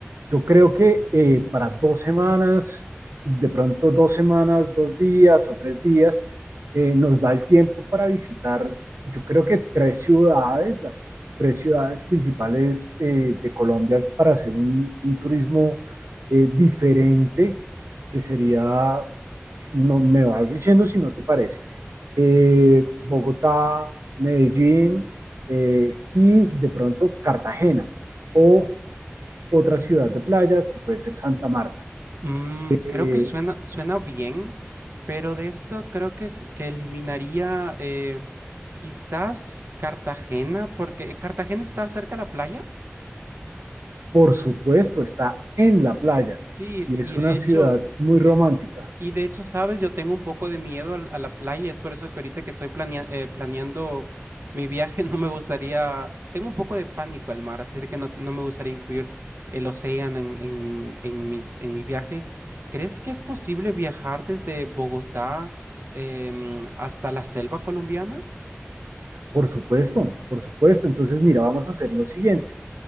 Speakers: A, on the right; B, on the right.
A: yo creo que eh, para dos semanas, de pronto dos semanas, dos días o tres días, eh, nos da el tiempo para visitar, yo creo que tres ciudades, las tres ciudades principales eh, de Colombia para hacer un, un turismo eh, diferente, que sería, no me vas diciendo si no te parece, eh, Bogotá, Medellín eh, y de pronto Cartagena o otra ciudad de playa, que puede ser Santa Marta.
B: Mm,
A: Eh,
B: creo que suena, suena bien, pero de eso creo que, es, que eliminaría eh, quizás Cartagena, porque Cartagena está cerca de la playa.
A: por supuesto, está en la playa
B: Sí,
A: y es
B: y
A: una
B: de hecho,
A: ciudad muy romántica.
B: y, y de hecho, sabes, yo tengo un poco de miedo al- a, la playa, es por eso que ahorita que estoy planea- eh, planeando mi viaje, <laughs> no me gustaría, tengo un poco de pánico al mar, así de que no, no me gustaría incluir el océano en, en, en mis, en mi viaje. ¿Crees que es posible viajar desde Bogotá em, hasta la selva colombiana?
A: Por supuesto, por supuesto. Entonces, mira, vamos a hacer lo siguiente.